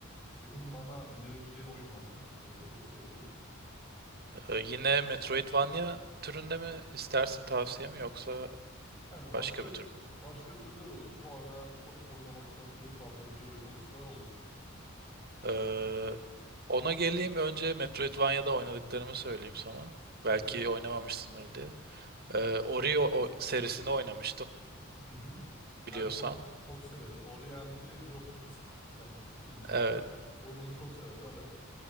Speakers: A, on the left (about 25°); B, on the right (about 50°).
A: Senin bana önerebileceğin oyun var mı? Böyle çok sevdiğin.
B: Ee, yine Metroidvania türünde mi istersin tavsiye mi yoksa
A: Yani başka
B: başka bir türlü?
A: başka türde de olur. Bu ara çok oynamaktan keyif aldığım bir oyun olursa olur.
B: Ee, ona geleyim önce Metroidvania'da oynadıklarımı söyleyeyim sana.
A: Tabii.
B: Belki oynamamışsındır diye. Ee, Ori o- o serisini oynamıştım
A: Hı hı.
B: biliyorsan.
A: Ben çok çok severim. Ori and the Will of the Wisp sanırım ikinci
B: Evet.
A: oyunu. O- Onu çok severim evet.